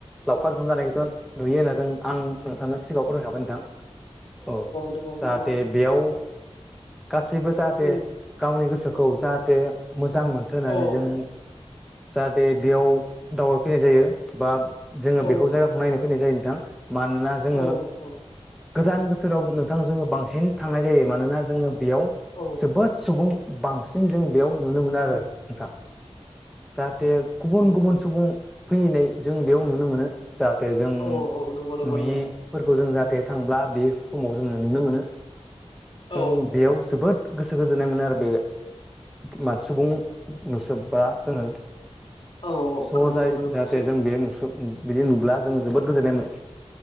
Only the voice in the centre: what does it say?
लावखार ओखोम जानायखौथ' नुयो होनना जों आं नोंथांनो सिगाङावखौ रोंखाबाय नोंथां औ
जाहाथे
बेयाव गासैबो जाहाथे
गावनि गोसोखौ जाहाथे मोजां मोनथों होननानै
जों जाहाथे बेयाव दावबायफैनाय जायो बा जोङो
बेखौ जायगाखौ नायनो फैनाय जायो नोंथां मानोना जोङो
गोदान बोसोराव नोंथांा जोङो बांसिन थांनाय जायो मानोना जोङो बेयाव
जोबोद सुबुं बांसिन जों बेयाव नुनो मोनो आरो नोंथा जाहाथे गुबुन
गुबुन सुबुं फैैनाय जों बेयाव नुनो मोनो जाहाथे जों
नुयिफोरखौ
जों जाहाथे बे थांब्ला बे समाव जोङो नुनो मोनो
जों बेयाव जोबोद गोसो गोजोननाय मोनो आरो बे मान सुबुं नुसोबबा जोङो। ज'
जाय
जाहाथे
जों बे नुस बिदि नुब्ला जों जोबोद गोजोननाय मोनो।